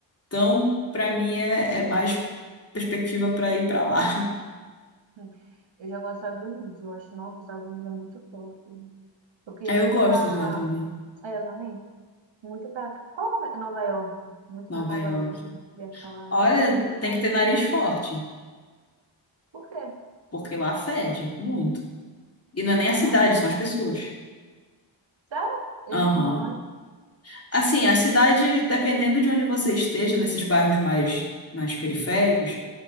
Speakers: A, on the left; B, on the right.
A: Então, para mim, é, é mais perspectiva para ir para lá.
B: Hum. Eu já gosto dos Estados Unidos. Eu acho, nossa, os Estados Unidos é muito top. Eu queria
A: Aí
B: muito
A: eu gosto
B: pra.
A: de lá também,
B: É, eu também. Muito pra. Qual o nome? Nova York. Muito
A: Nova
B: pra Nova
A: York.
B: York. Ver aquela,
A: Olha,
B: aquela estátua.
A: tem que ter nariz forte,
B: Por quê?
A: porque lá fede muito. E não é nem
B: Nova
A: a cidade,
B: York?
A: são as pessoas.
B: Sério? Eles
A: Aham.
B: não mamãe?
A: Assim, a cidade, dependendo de onde você esteja, nesses bairros mais, mais periféricos,